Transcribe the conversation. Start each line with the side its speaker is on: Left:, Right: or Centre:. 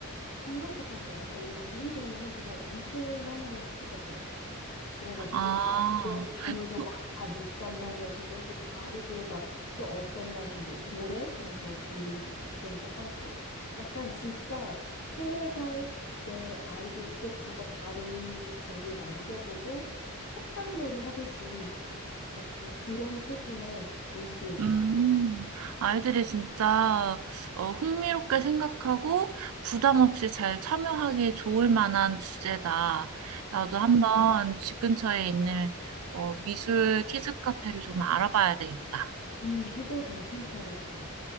Left: 그런 것도 있지 않을까? 왜냐면 우리 동네는 그냥 미술만 하는 키즈 카페였어. 그래가지고
Right: 아,
Left: 그냥 그 방에서
Right: 어,
Left: 막 다 물감 막 여기저기 바르고 막 또 어떤 날은 뭐 모래 그런 거 준비해가지고 그런 거 하고 약간 진짜 세네 살 그때 아이들 이것저것 다른 재료 만져보고 촉각놀이 하듯이 약간 그런 수준의 미술이었어.
Right: 음, 아이들이 진짜 어, 흥미롭게 생각하고 부담 없이 잘 참여하기 좋을 만한 주제다. 나도 한번 집 근처에 있는 어, 미술 키즈 카페를 좀 알아봐야 되겠다.
Left: 음, 그거 괜찮더라고.